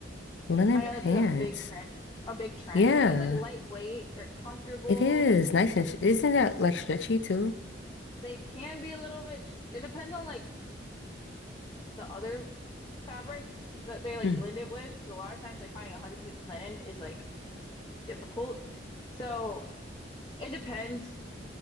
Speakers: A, on the left (about 75°); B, on the left (about 25°).
A: Linen
B: I know
A: pants.
B: that's like a big trend, a big trend
A: Yeah,
B: because it's like lightweight. They're comfortable.
A: it is nice and sh isn't that like stretchy too?
B: They can be a little bit. Sh it depends on like the other fabrics that they like
A: Mm.
B: blend it with. Because a lot of times, like finding 100% linen is like difficult. So it depends,